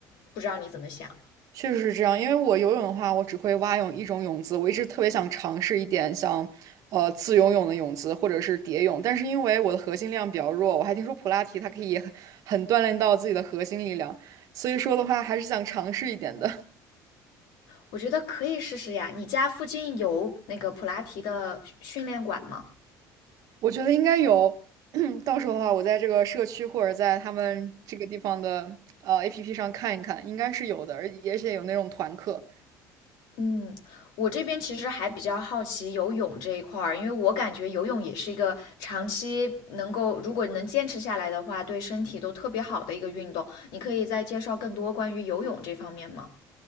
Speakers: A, on the left; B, on the right.
A: 不知道你怎么想？
B: 确实是这样，因为我游泳的话，我只会蛙泳一种泳姿，我一直特别想尝试一点像，呃，自由泳的泳姿或者是蝶泳，但是因为我的核心量比较弱，我还听说普拉提它可以很很锻炼到自己的核心力量，所以说的话还是想尝试一点的。
A: 我觉得可以试试呀。你家附近有那个普拉提的训练馆吗？
B: 我觉得应该有，<clears throat> 到时候的话，我在这个社区或者在他们这个地方的呃 APP 上看一看，应该是有的，而而且有那种团课，
A: 嗯，我这边其实还比较好奇游泳这一块儿，因为我感觉游泳也是一个长期能够，如果能坚持下来的话，对身体都特别好的一个运动。你可以再介绍更多关于游泳这方面吗？